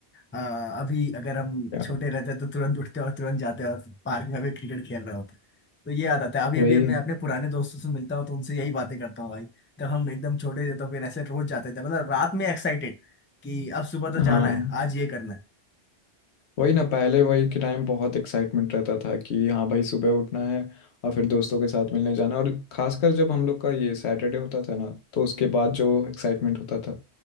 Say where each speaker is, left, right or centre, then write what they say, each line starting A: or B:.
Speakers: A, on the left; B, on the left.
A: हाँ अभी अगर हम
B: यार
A: छोटे रहते तो तुरंत उठते और तुरंत जाते और पार्क में भी क्रिकेट खेल रहे होते तो ये याद आता है अभी
B: वही
A: अभी मैं
B: है
A: अपने पुराने दोस्तों से मिलता हूँ तो उनसे यही बातें करता हूँ भाई तब हम एकदम छोटे थे तो फिर ऐसे रोज जाते थे मतलब रात में एक्साइटेड कि अब सुबह तो
B: हाँ
A: जाना है आज ये करना है
B: वही ना पहले वही के टाइम बहुत एक्साइटमेंट रहता था कि हाँ भाई सुबह उठना है और फिर दोस्तों के साथ मिलने जाना और खासकर जब हम लोग का ये सैटरडे होता था ना तो उसके बाद जो एक्साइटमेंट होता था